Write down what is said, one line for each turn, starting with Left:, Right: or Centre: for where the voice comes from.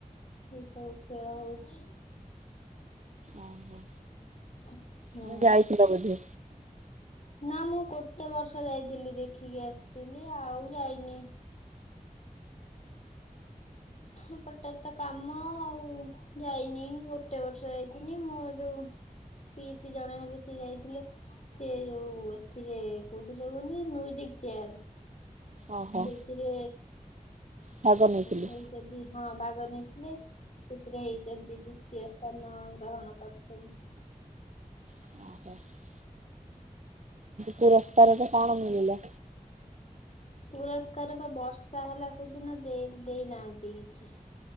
Left: ଏଇ ସବୁ ଖେଳ ହଉଛି।
Right: ଓହୋ
Left: ହଁ
Right: ମାନେ ଯାଇଥିଲ ବୋଧେ
Left: ନା ମୁଁ ଗୋଟେ ବର୍ଷ ଯାଇଥିଲି ଦେଖିକି ଆସିଥିଲି ଆଉ ଯାଇନି। ଏପଟେ ତ କାମ ଆଉ। ଯାଇନି ଗୋଟେ ବର୍ଷ ଯାଇଥଲି ମୁଁ ଯୋଉ ପିଇସୀ ଜଣେ ହେବେ ସିଏ ଯାଇଥିଲେ। ସେ ଯୋଉ ଏଥିରେ କୋଉଥିରେ କୁହନି ମ୍ୟୁଜିକ ଚେୟାର।
Right: ଓହୋ
Left: ଏଥିରେ
Right: ଭାଗ ନେଇଥିଲି
Left: ହୋଇଚନ୍ତି ହଁ ଭାଗ ନେଇଥିଲେ। ସେଥିରେ ହେଇଚନ୍ତି ଦ୍ଵିତୀୟ ସ୍ଥାନ ଗ୍ରହଣ କରିଚନ୍ତି।
Right: <unintelligible> ପୁରସ୍କାର
Left: ହଁ
Right: ଟା କଣ ମିଳିଲା?
Left: ପୁରସ୍କାର ବା ବର୍ଷା ହେଲା ସେଦିନ ଦେଇ ଦେଇନାହାନ୍ତି କିଛି।